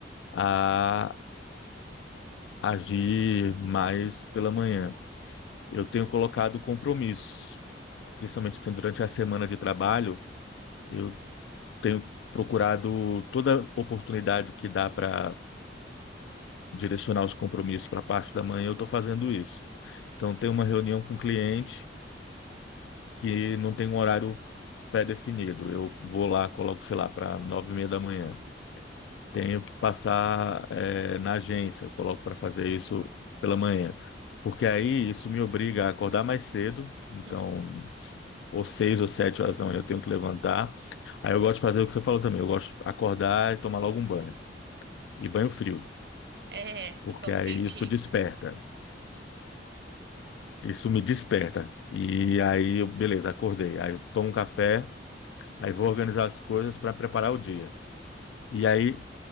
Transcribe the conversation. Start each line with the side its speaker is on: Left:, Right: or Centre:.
Left: a agir mais pela manhã. Eu tenho colocado compromissos,
Right: Uhum.
Left: principalmente assim, durante a semana de trabalho, eu tenho procurado toda oportunidade que dá para direcionar os compromissos para a parte da manhã, eu estou fazendo isso. Então, tem uma reunião com o cliente que não tem um horário pré-definido. Eu vou lá, coloco, sei lá, para nove e meia da manhã. Tenho que passar, eh, na agência, eu coloco para fazer isso pela manhã. Porque aí isso me obriga a acordar mais cedo, então,
Right: <laughs>
Left: s- ou seis ou sete horas da manhã eu tenho que levantar. Aí eu gosto de fazer o que você falou também, eu gosto de acordar e tomar logo um banho. E banho frio,
Right: É,
Left: porque
Right: eu tomo
Left: aí
Right: quentinho.
Left: isso desperta. Isso me desperta. E aí, eu, beleza, acordei. Aí eu tomo um café, aí vou organizar as coisas para preparar o dia. E aí,